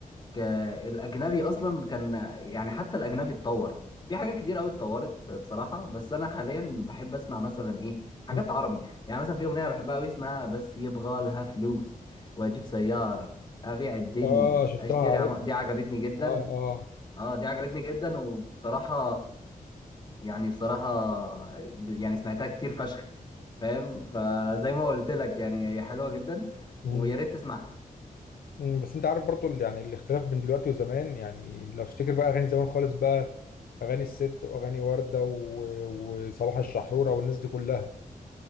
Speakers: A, on the left (about 30°); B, on the left (about 85°).
A: آه، الاجنبي اصلا كان يعني حتى الاجنبي اتطور في حاجات كتير قوي اتطورت بصراحه بس انا حاليا بحب اسمع مثلا ايه حاجات
B: مم.
A: عربي يعني مثلا في اغنيه بحبها قوي اسمها بس يبغى لها فلوس واجيب سياره ابيع الدنيا
B: اه شفتها
A: اشتري
B: عارفها
A: عم... دي عجبتني جدا
B: اه اه
A: اه دي عجبتني جدا وبصراحه يعني بصراحه يعني سمعتها كتير فشخ فاهم فزي ما قلت لك يعني هي حلوه جدا
B: مم.
A: ويا ريت تسمعها
B: مم. بس انت عارف برضه يعني الاختلاف بين دلوقتي وزمان يعني لو تفتكر بقى اغاني زمان خالص بقى اغاني الست واغاني ورده و... وصباح الشحروره والناس دي كلها